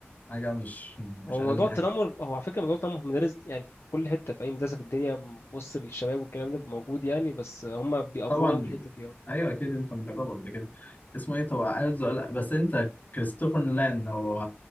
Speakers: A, on the left; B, on the left.
A: حاجة مش مش
B: هو
A: ألذ
B: موضوع التنمر
A: حاجة
B: هو على فكره موضوع التنمر في المدارس يعني في كل حته في اي مدرسه في الدنيا وسط الشباب والكلام ده موجود يعني بس هم بيأفوروا
A: طبعا
B: في الحته دي أوي.
A: ايوه اكيد انت مجربه قبل كده اسمه ايه طبعا عايز أقول- بس انت كريستوفر نولان لو